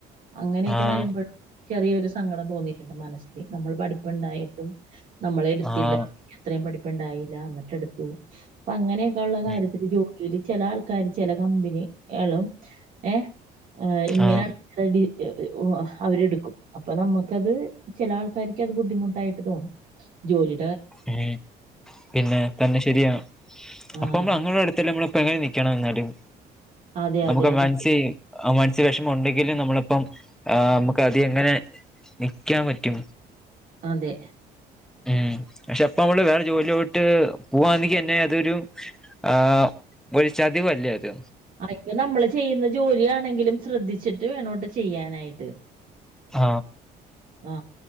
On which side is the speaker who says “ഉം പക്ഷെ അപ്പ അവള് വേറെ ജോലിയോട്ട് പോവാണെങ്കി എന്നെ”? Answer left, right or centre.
Centre